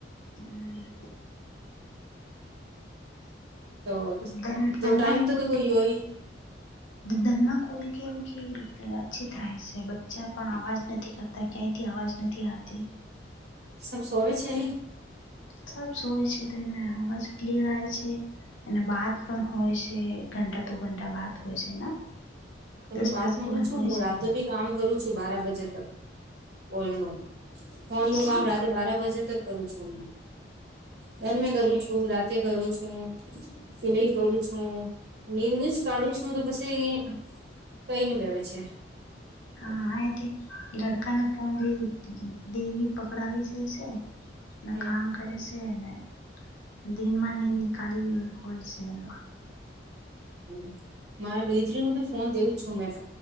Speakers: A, on the left (about 80°); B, on the right (about 60°).
A: હમ્મ.
B: તો
A: ધન
B: તો
A: ધનમાં
B: ટાઈમ
A: ખોલ
B: તો કોઈ હોય
A: ધનમાં કૂલ કેમ કે અછી થાય છે બચ્ચા પણ અવાજ નથી કરતા. ક્યાંયથી અવાજ નથી આવતી.
B: સર સોવે છે.
A: સબ સોયે છે. ત એને આવાજ ક્લીયર આવે છે. અને બાદ પણ હોય છે, ઘંટા દુ ઘંટા બાદ હોય છે.
B: તમે
A: દસ
B: બાત
A: દસ
B: માનું
A: કોલ
B: છો
A: હોય
B: હું
A: છે
B: રાતો બી કામ કરું છુ. બાર બજે તક કોલ પર. ફોન નું
A: શું
B: કામ રાતે બાર વાજે તક કરું છું હું દન્ મે કરું છુ. રાત તે કરું છો તે નઈ કરું છું નિમને જ કાઢું છું તો પછી કઈ ન ભવે છે.
A: હા, એથી લડકાને ફોન દેવી પકડાવી જશે.
B: હમ
A: કામ કરે છે ને? દિનમા નીંદ નિકાલી છે ન.
B: <inaudible> મારે બેતરી ન ભી ફોન દેવું છું મેં